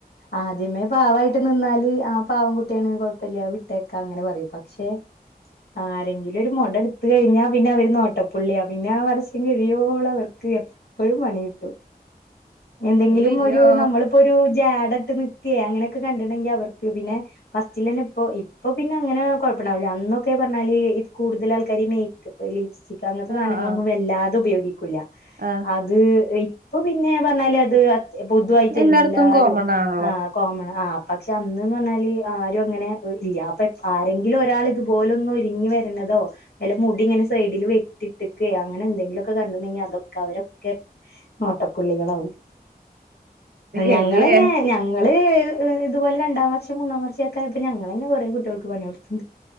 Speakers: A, on the left; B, on the right.
A: ആദ്യമേ പാവായിട്ട് നിന്നാല് ആഹ് പാവം കുട്ടിയാണ് കുഴപ്പം കുഴപ്പം ഇല്ലാ വിട്ടേക്കാ അങ്ങനെ പറയും പക്ഷെ ആരെങ്കിലും ഒരു മുട എടുത്ത് കഴിഞ്ഞാ പിന്നെ അവര് നോട്ടപ്പുള്ളിയാ പിന്നെ ആഹ് വർഷം കഴിയോളം അവർക്ക് എപ്പോഴും പണി കിട്ടും എന്തെങ്കിലും
B: അയ്യയ്യോ
A: ഒരു നമ്മളിപ്പോ ഒരു ജാഡട്ട് നിക്ക നിക്കേ അങ്ങനെയൊക്കെ കണ്ടിട്ടുണ്ടെൻങ്കിൽ അവർക്ക് പിന്നെ ഫസ്റ്റിൽ തന്നെ ഇപ്പൊ ഇപ്പൊ പിന്നെ അങ്ങനെ കുഴപ്പണ്ടാവില്ല അന്നൊക്കെ പറഞ്ഞാല് കൂടുതൽ ആൾക്കാര് മേ ക്കപ്പ് ലിപ്സ്റ്റിക് അങ്ങനത്തെ സാധനങ്ങളൊന്നും
B: ആഹ് ആഹ്
A: വല്ലാതെ ഉപയോഗിക്കൂല്ല
B: ആഹ്
A: അത് ഇപ്പൊ പിന്നെ പറഞ്ഞാല് അത് പൊതുവായിട്ട്
B: എല്ലായിടത്തും
A: എല്ലാരും
B: കോമൺ ആണല്ലോ
A: ആഹ് കോമൺ ആഹ് പക്ഷെ അന്ന് പറഞ്ഞാല് ആരും അങ്ങനെ ഇല്ല അപ്പൊ ആരെങ്കിലും ഒരാൾ ഇതുപോലൊന്ന് ഒരുങ്ങി വരണതോ വല്ല മുടി ഇങ്ങനെ സൈഡിൽ വെട്ടിട്ട്ക്കെ അങ്ങനെ എന്തെങ്കിലൊക്കെ കണ്ടിട്ടുണ്ടെങ്കിൽ അതൊക്കെ അവരൊക്കെ നോട്ടപ്പുള്ളികളാവും
B: ബേബിയേ
A: ഞങ്ങളന്നെ ഞങ്ങള് ഇതുപോലെ രണ്ടാം വർഷം മൂന്നാം വർഷൊക്കെ ആയപ്പോ ഞങ്ങൾ ഞങ്ങളെന്നെ കൊറെ കുട്ടികൾക്ക് പണി കൊടുത്ത്ണ്ട്